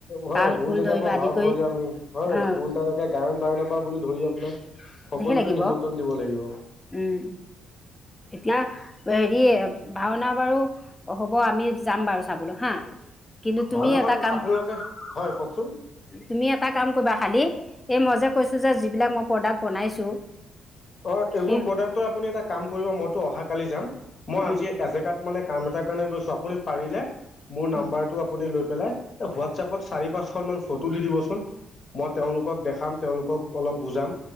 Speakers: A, on the left (about 40°); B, on the left (about 15°).
A: হয়
B: তাল
A: বহুত
B: খোল
A: জেগাৰ
B: ধৰিব
A: পৰা
B: আদি
A: ভা ভাওৰিয়া
B: কৰি
A: আমি হয়
B: অ',
A: শল তে গায়ন বায়নৰ পৰা বুলি ধৰি আপোনাৰ সকলোকে
B: ধেৰ লাগিব
A: নিমন্ত্ৰণ দিব লাগিব।
B: উম। এতিয়া হেৰি ভাওনা বাৰু হ'ব আমি যাম বাৰু চাবলৈ হা কিন্তু তুমি
A: ভাওনাখন
B: এটা কাম
A: আপোনালোকে হয় কওকচোন?
B: তুমি এটা কাম কইবা খালি এই মই যে কৈছোঁ যে যিবিলাক মই প্ৰডাক্ট বনাইছোঁ,
A: অ এইবোৰ
B: সেই
A: প্ৰডাক্টৰ আপুনি এটা কাম কৰিব ম ত অহা কালি যাম। মই আজি
B: উম
A: এজেগাত মানে কাম এটাৰ কাৰণে গৈছো আপুনি পাৰিলে মোৰ নাম্বাৰটো
B: উম
A: আপুনি লৈ পেলাই হোৱাটচাপত চাৰি পাঁচ খন মান ফটো দি দিবচোন মই তেওঁলোকক দেখাম তেওঁলোকক অলপ বুজাম